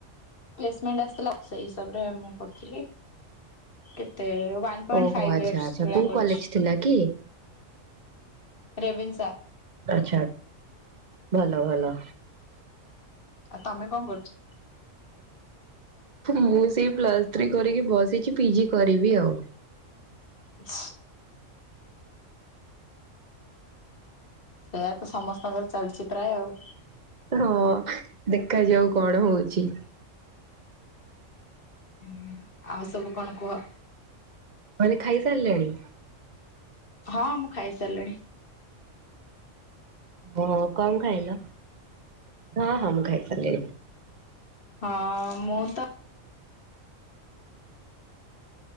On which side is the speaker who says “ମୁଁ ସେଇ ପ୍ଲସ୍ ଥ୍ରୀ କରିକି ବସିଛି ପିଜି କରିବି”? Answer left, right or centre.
Right